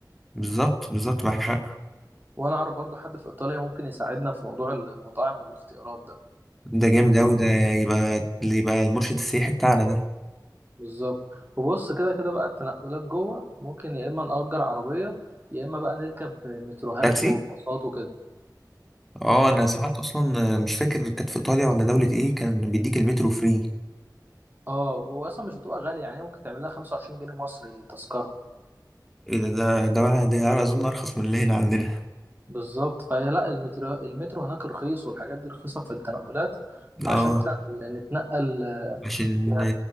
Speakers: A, in the centre; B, on the right (about 25°).
A: بالظبط بالظبط معاك حق
B: وانا اعرف برضو حد في ايطاليا ممكن يساعدنا في موضوع المطاعم والاختيارات ده
A: ده جامد أوي ده يبقى اللي يبقى المرشد السياحي بتاعنا ده
B: بالظبط وبص كده كده بقى التنقلات جوه ممكن يا اما نأجر عربيه يا اما بقى نركب متروهات
A: تاكسي
B: وباصات وكده
A: اه أنا سمعت أصلا مش فاكر كانت في إيطاليا ولا دولة إيه كان بيديك المترو فري
B: اه واصلا مش بتبقى غاليه يعني ممكن تعمل لها 25 جنيه مصري التذكره
A: إيه ده ده ده ولا ده أظن أرخص من اللي هنا عندنا
B: بالظبط فهي لا المترو المترو هناك رخيص والحاجات دي رخيصه في التنقلات عشان
A: اه
B: مثلا نتنقل
A: عشان
B: يعني